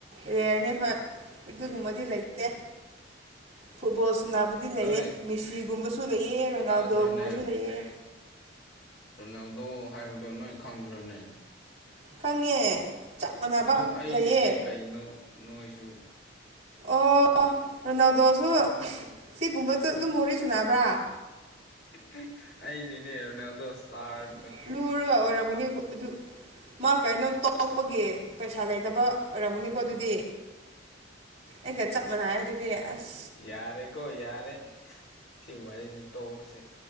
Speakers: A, on the right; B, on the left.
A: ꯔꯦꯌꯔꯅꯦ ꯍꯣꯏ ꯑꯗꯨꯒꯨꯝꯕꯗꯤ ꯂꯩꯇꯦ ꯐꯨꯠꯕꯣꯜ ꯁꯥꯟꯅꯕꯗꯤ ꯂꯩꯌꯦ
B: ꯅꯣꯏ
A: ꯃꯤꯁꯤꯒꯨꯝꯕꯁꯨ ꯂꯩꯌꯦ ꯔꯣꯅꯥꯜꯗꯣ
B: ꯇꯥꯗ꯭ꯔꯅꯦ
A: ꯒꯨꯝꯕꯁꯨ ꯂꯩꯌꯦ
B: ꯔꯣꯅꯥꯜꯗꯣ ꯍꯥꯏꯕꯗꯣ ꯅꯣꯏ ꯈꯪꯗ꯭ꯔꯅꯦ
A: ꯈꯪꯉꯦ ꯆꯞ ꯃꯥꯟꯅꯕ
B: ꯑꯗꯣ ꯑꯩꯅꯤꯅꯦ
A: ꯂꯩꯌꯦ
B: ꯀꯩꯅꯣ ꯅꯣꯏꯁꯨ <inaudible>
A: ꯑꯣ ꯔꯣꯅꯥꯜꯗꯣꯁꯨ ꯁꯤꯒꯨꯝꯕꯁꯨ ꯑꯗꯨꯝ ꯋꯥꯔꯤ ꯁꯥꯅꯕ꯭ꯔ
B: <unintelligible> ꯑꯩꯅꯤꯅꯦ ꯔꯣꯅꯥꯜꯗꯣ ꯏꯁꯇꯥꯔ
A: <unintelligible> ꯂꯨꯔꯒ ꯑꯣꯏꯔꯝꯒꯅꯤ ꯑꯗꯨ ꯃꯥ ꯀꯩꯅꯣ ꯇꯣꯛꯄꯒꯤ ꯄꯩꯁꯥ ꯂꯩꯇꯕ ꯑꯣꯏꯔꯝꯒꯅꯤꯀꯣ ꯑꯗꯨꯗꯤ ꯑꯩꯒ ꯆꯞ ꯃꯥꯅꯩꯌꯦ ꯑꯗꯨꯗꯤ ꯑꯁ
B: ꯌꯥꯔꯦꯀꯣ ꯌꯥꯔꯦ ꯁꯤ ꯋꯥꯔꯤꯁꯦ ꯇꯣꯛꯔꯁꯦ